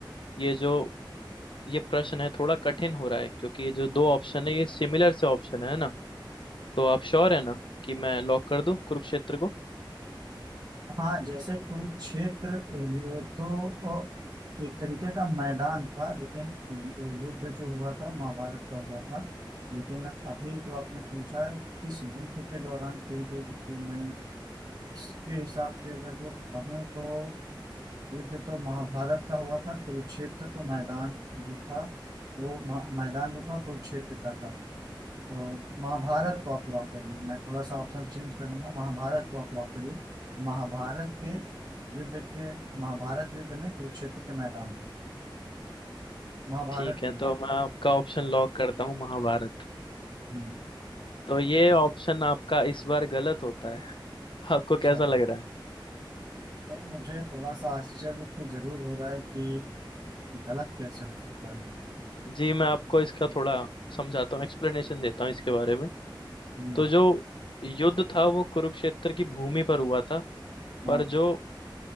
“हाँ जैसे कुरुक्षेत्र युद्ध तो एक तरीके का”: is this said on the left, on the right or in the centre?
Right